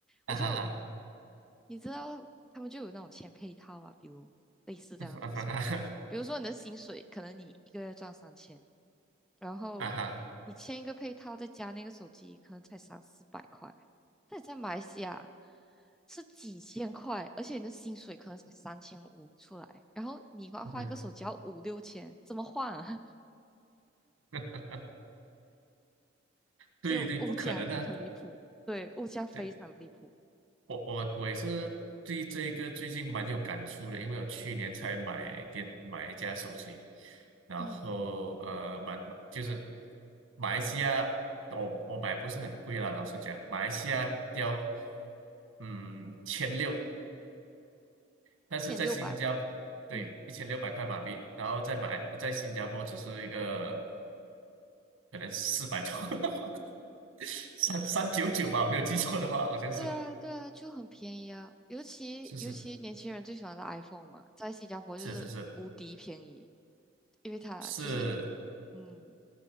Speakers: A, on the right; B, in the centre.
A: 啊哈哈
B: 我就你知道，他们就有那种签配套啊，比如类似这样的东西，
A: 啊哈哈
B: 比如说你的薪水，可能你一个月赚三千，然后
A: 啊哈，
B: 你签一个配套，再加那个手机，可能才三四百块，那你在马来西亚是几千块，而且你的薪水可能才三千五出来，然后你要换一个手机要五六千，
A: 嗯，
B: 怎么换啊？<laughs>
A: <laughs> 对对，
B: 就物价很很离谱，
A: 不可能的。
B: 对，物价非常离谱，
A: 对，我我我也是对这个最近蛮有感触的，因为我去年才买电买一架手机，然后呃蛮就是
B: 嗯，
A: 马来西亚，我我买不是很贵啦，老实讲，马来西亚要嗯千六但是在新加坡，
B: 一千六百，
A: 对，
B: 嗯，
A: 一千六百块马币，然后再买，在新加坡只是一个可能四百多，<laughs> 三三九九吧，我没有记错的话，好像是，
B: 对啊，对啊，就很便宜啊，尤其尤其年轻人最喜欢的
A: 是是
B: iPhone 嘛，在新加坡就是无敌便宜，
A: 是是是
B: 因为它就是，
A: 是，
B: 嗯，